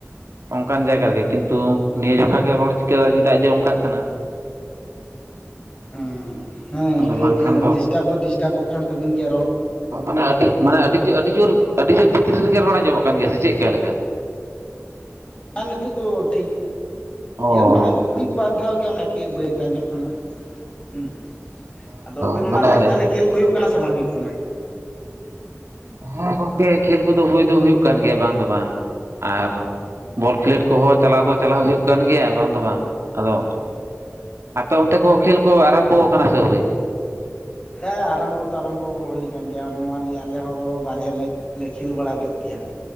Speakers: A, on the right; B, on the left.
A: ᱚᱱᱠᱟᱱ ᱡᱟᱭᱜᱟ ᱨᱮᱜᱮ ᱠᱤᱱᱛᱩ ᱱᱤᱭᱟᱹ ᱡᱚᱠᱷᱟ ᱜᱮ ᱨᱚᱲ ᱪᱤᱠᱟᱹ ᱪᱮᱫᱟᱜ ᱡᱮ ᱚᱱᱠᱟᱜ ᱠᱟᱱᱟ᱾
B: ᱦᱩ ᱦᱮᱸ
A: ᱟᱫᱚ
B: ᱠᱟᱹᱡ
A: ᱵᱟᱝᱠᱷᱟᱱ
B: ᱠᱟᱹᱡ ᱰᱤᱥᱴᱟᱯ ᱫᱚ ᱰᱤᱥᱴᱟᱵᱚᱜ ᱠᱟᱱ ᱛᱟᱵᱤᱱ ᱜᱮᱭᱟ ᱨᱚᱲ᱾
A: ᱢᱟᱱᱮ ᱟᱹᱰᱤ ᱢᱟᱱᱮ
B: ᱫᱚ
A: ᱟᱹᱰᱤ ᱟᱹᱰᱤᱡᱳᱨ ᱟᱹᱰᱤ ᱡᱳᱨ ᱵᱷᱤᱛᱨᱤ ᱨᱮᱜᱮ ᱨᱚᱲ ᱟᱸᱡᱚᱢᱟᱜ ᱠᱟᱱ ᱜᱮᱭᱟ ᱥᱮ ᱪᱮᱫᱠᱟ ᱞᱮᱠᱟ?
B: ᱟᱨ ᱱᱤᱛᱚᱜ ᱫᱚ ᱴᱷᱤᱠ
A: ᱚ
B: ᱜᱮ ᱢᱟᱱᱮ ᱢᱤᱫ ᱵᱟᱨ ᱢᱤᱫᱫᱷᱟᱣ ᱜᱮ ᱚᱱᱟ ᱠᱤ ᱵᱟᱹᱭ ᱛᱮ ᱟᱸᱡᱚᱢ ᱠᱟᱱᱟ ᱦᱩᱸ ᱟᱫᱚ ᱟᱹᱵᱤᱱ
A: ᱢᱟᱱᱮ
B: ᱚᱱᱟ ᱫᱷᱟᱹᱨᱤᱡ ᱛᱟᱦᱚᱞᱮ ᱠᱷᱮᱞ ᱠᱚ ᱦᱩᱭᱩᱜ ᱠᱟᱱᱟ ᱥᱮ ᱵᱟᱝ ᱦᱩᱭᱩᱜ ᱠᱟᱱᱟ?
A: ᱦᱩᱸ ᱜᱚᱢᱠᱮ ᱠᱷᱮᱞ ᱠᱚᱫᱚ ᱦᱩᱭ ᱫᱚ ᱦᱩᱭᱩᱜ ᱠᱟᱱ ᱜᱮᱭᱟ ᱵᱟᱝ ᱫᱚ ᱵᱟᱝ, ᱟᱨ ᱵᱚᱞ ᱠᱷᱮᱞᱳᱰ ᱠᱚᱦᱚᱸ ᱪᱟᱞᱟᱣ ᱫᱚ ᱪᱟᱞᱟᱣ ᱦᱩᱭᱩᱜ ᱠᱟᱱ ᱜᱮᱭᱟ ᱵᱟᱝ ᱫᱚ ᱵᱟᱝ, ᱟᱫᱚ ᱟᱯᱮ ᱚᱱᱛᱮ ᱠᱚ ᱠᱷᱮᱹᱞ ᱠᱚ ᱟᱨᱟᱢᱵᱚ ᱟᱠᱟᱱᱟ ᱥᱮ ᱟᱹᱣᱨᱤ?
B: ᱦᱮᱸ ᱟᱨᱟᱢᱵᱚ ᱫᱚ ᱟᱨᱟᱢᱵᱚ ᱦᱩᱭ ᱟᱠᱟᱱ ᱜᱮᱭᱟ ᱱᱚᱣᱟ ᱞᱤᱭᱟᱹ ᱟᱞᱮ ᱦᱚᱸ ᱵᱟᱨᱭᱟ ᱢᱮᱪ ᱞᱮ ᱠᱷᱮᱹᱞ ᱵᱟᱲᱟ ᱠᱮᱫ ᱜᱮᱭᱟ᱾